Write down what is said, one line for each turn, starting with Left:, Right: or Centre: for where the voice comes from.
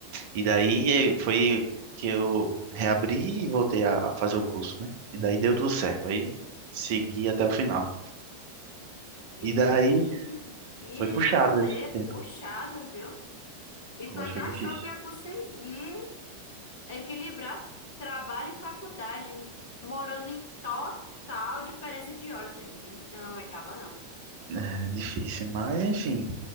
Right: E daí eh, foi que eu reabri e voltei a fazer o curso, né? E daí deu tudo certo. Aí segui até o final.
Left: Menino,
Right: E daí
Left: que
Right: foi puxado
Left: rolê
Right: esse tempo.
Left: puxado, viu? E
Right: Foi,
Left: tu ainda
Right: foi difícil.
Left: achou que ia conseguir equilibrar trabalho e faculdade, morando em total diferença de horas. Menino, eu não aguentava, não.
Right: Era difícil, mas enfim.